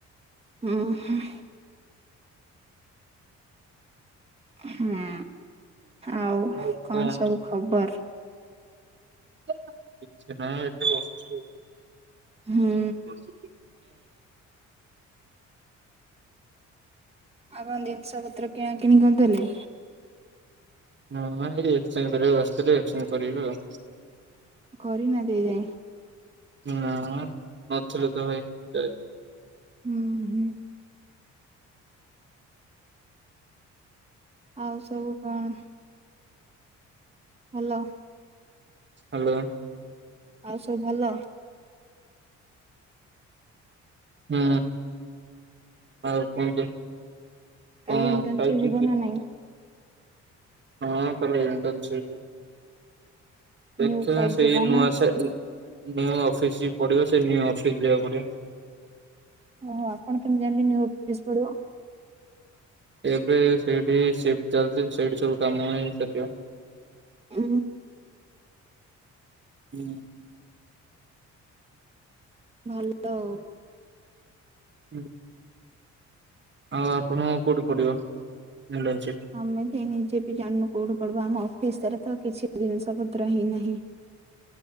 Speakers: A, on the right; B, on the right.
A: ଅଁ ହଁ। ହୁଁ ଆଉ
B: ହଉ
A: କଣ
B: କୁହନ୍ତୁ
A: ସବୁ ଖବର?
B: କିଛି ନାହିଁ ଏଠି ବସ ଛୁ
A: ହୁଁ।
B: ହୁଁ।
A: ଆଉ କଣ ଜିନିଷପତ୍ର କିଣା କିିଣି କରଦେଲେ?
B: ନାଁ ଏଇ ଏକ୍ସଚେଞ୍ଜ୍ କରିବାକୁ ଆସିଥିଲି ଏକ୍ସଚେଞ୍ଜ କରିବି ଆଉ।
A: କରିନାହାନ୍ତି ଏଯାଏଁ?
B: ନା ନଥିଲେ ତ ଭାଇ ଯାଇ
A: ହୁଁ ହୁଁ। ଆଉ ସବୁ କଣ? ହାଲୋ?
B: ହାଲୋ
A: ଆଉ ସବୁ ଭଲ?
B: ହୁଁ ଆଉ କୁହନ୍ତୁ?
A: କାଲି
B: କଣ
A: ଇଣ୍ଟର୍ନସିପ
B: ଖାଇଛନ୍ତି?
A: ଯିବ ନା ନାଇଁ?
B: ହଁ କାଲି ଏଣ୍ଟନସିପି ଦେଖିଆ
A: ନ୍ୟୁ ସାଇଡ
B: ସେଇ
A: ଯିବ
B: ନୂଆ
A: ନା
B: ସା ନୂଆ ଅଫିସି ପିଡିବ ସେଇ ନୂଆ ଅଫିସି ଯିବାକୁ ପଡିବ।
A: ଓ ଆପଣ କେମିତି ଜାଣିଲେ ନୂଆ ଅଫିସ ପଡିବ?
B: ଏବେ ସେଇଠି ସିଫ୍ଟ୍ ଚାଲିଚି ସେଇଠୁ ସବୁ କାମ ହେଇ ଚାଲିବ।
A: ଉଁ
B: ହୁଁ।
A: ଭଲ ଆଉ।
B: ହୁଁ। ଆଉ ଆପଣଙ୍କ କୋଉଠି ପଡିବ? ଇଣ୍ଟର୍ନସିପ?
A: ଆମେ ତ ନିଜେ ବି ଜାଣିନୁ କୋଉଠୁ ପଡିବ ଆମ ଅଫିସରେ ତ କିଛି ଜିନିଷ ପ ପତ୍ର ହେଇନାହିଁ।